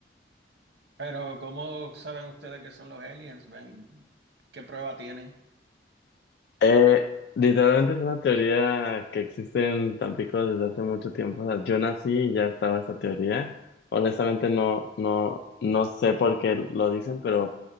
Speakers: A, on the right (about 80°); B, on the left (about 65°).
A: Pero, ¿cómo saben ustedes que son los aliens? ¿Ven? ¿Qué prueba tienen?
B: Eh, literalmente es una teoría que existe en Tampico desde hace mucho tiempo. O sea, yo nací y ya estaba esta teoría. Honestamente no, no, no sé por qué lo dicen, pero